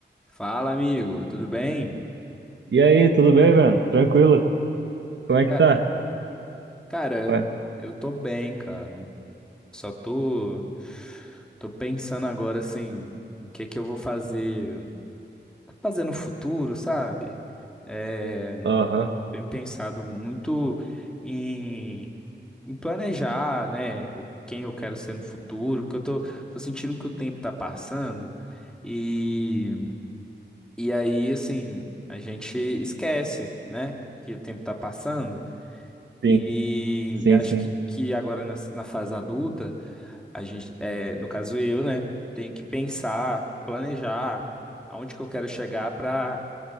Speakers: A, in the centre; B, on the right.
A: Fala, amigo, tudo bem?
B: E aí, tudo bem, Breno? Tranquilo? Como é que
A: Ca-
B: tá?
A: Cara,
B: Ué,
A: eu tô bem, cara. Só tô tô pensando agora assim, o que que eu vou fazer, fazer no futuro, sabe? É,
B: Aham,
A: tenho pensado muito em, em planejar, né, o quem eu quero ser no futuro, porque eu tô, tô sentindo que o tempo tá passando e e aí assim, a gente esquece, né, que o tempo tá passando.
B: sim,
A: E,
B: sim,
A: e acho
B: sim.
A: que, que agora na, na fase adulta, a gente, é, no caso eu, né, tenho que pensar, planejar aonde que eu quero chegar para.